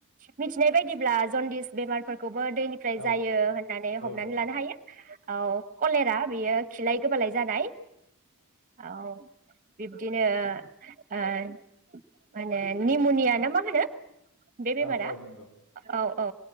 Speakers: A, on the right; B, on the left.
A: मिथिनाय बायदिब्ला जदिस बेमारफोर। खौबो दैनिफ्राय
B: नामा औ
A: जायो होननानै
B: औ
A: हमनानै
B: नंगौ
A: लानो हायो औ कलेरा बेयो। खिलाय गोबालाय जानाय। औ। बिब्दिनो ओय। माने निम'निया ना मा होनो। बे बेमारा
B: औ औ नंगौ
A: औ औ।